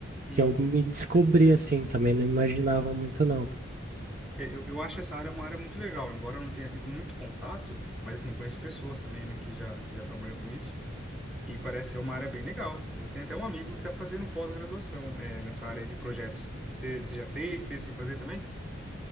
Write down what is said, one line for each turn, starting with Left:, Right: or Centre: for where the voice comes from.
Centre: Uhum.
Right: que eu me descobri, assim, também não imaginava muito não.
Centre: É, Eu, eu acho essa área uma área muito legal, embora eu não tenha tido muito contato, mas assim, conheço pessoas também, né, que já, que já trabalhou com isso. E parece ser uma área bem legal. Eu tenho até um amigo que está fazendo pós-graduação, é, nessa área de projetos. Você você já fez? Pensa em fazer também?